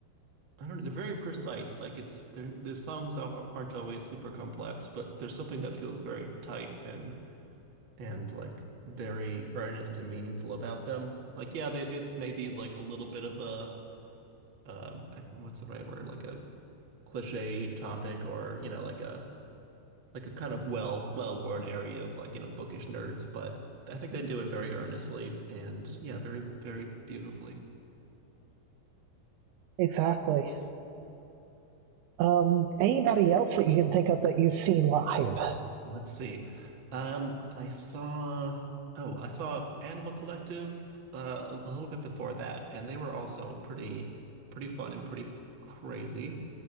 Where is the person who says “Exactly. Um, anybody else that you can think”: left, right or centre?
Right